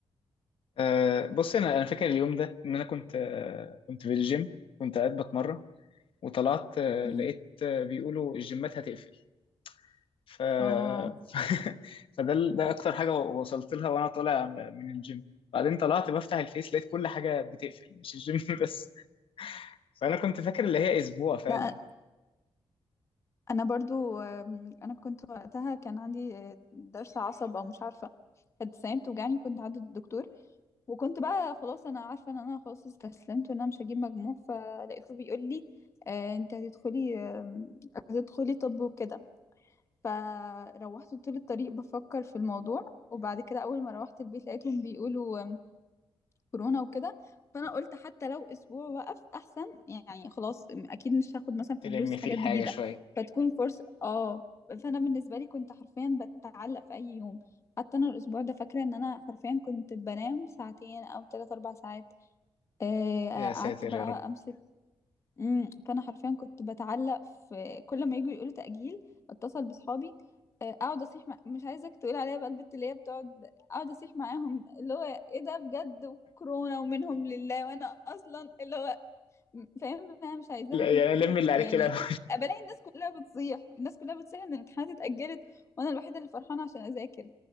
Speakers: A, on the left; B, on the left.
A: آه بص انا انا فاكر اليوم ده ان انا كنت آه كنت في الجيم كنت قاعد بتمرن وطلعت آه
B: مم.
A: لقيت آه بيقولوا الجيمات هتقفل ف...
B: اه
A: <laughs> فده ال- ده اكتر حاجه وصلت لها وانا طالع من الجيم بعدين طلعت بفتح الفيس لقيت كل حاجه بتقفل مش الجيم <laughs> بس فانا كنت فاكر اللي هي اسبوع فعلا
B: لا انا برضو آم، انا كنت وقتها كان عندي آه، ضرس عصب او مش عارفه كانت السنه بتوجعني كنت عند الدكتور وكنت بقى خلاص انا عارفه ان انا خلاص استسلمت وان انا مش هجيب مجموع فلقيته بيقول لي آه، انت هتدخلي آم، هتدخلي طب وكده فروحت طول الطريق بفكر في الموضوع وبعد كده اول ما روحت البيت لقيتهم بيقولوا كورونا وكده فانا قلت حتى لو اسبوع وقف احسن يعني خلاص م- اكيد مش هاخد مثلا في
A: تلم
B: دروس
A: فيه
B: حاجات
A: الحاجه
B: جديده
A: شويه
B: فتكون فرصه اه فانا بالنسبه لي كنت حرفيا بتعلق في اي يوم حتى انا الاسبوع ده فاكره ان انا حرفيا كنت بنام ساعتين او ثلاث اربع ساعات آه،
A: يا
B: قعدت
A: ساتر
B: بقى
A: يا رب
B: امسك امم فانا حرفيا كنت بتعلق في كل ما يجوا يقولوا تأجيل اتصل بصحابي آه، اقعد اصيح مع... مش عايزك تقول عليا بقى البت اللي هي بتقعد اقعد اصيح معاهم اللي هو ايه ده بجد وكورونا ومنهم لله وانا اصلا اللي هو فاهم انا مش عايزاهم
A: لا يعني
B: يبقوا-
A: لم اللي عليك
B: يعني
A: الاول
B: كل بلاقي الناس كلها بتصيح الناس كلها بتصيح ان الامتحانات اتأجلت وانا الوحيدة اللي فرحانة عشان اذاكر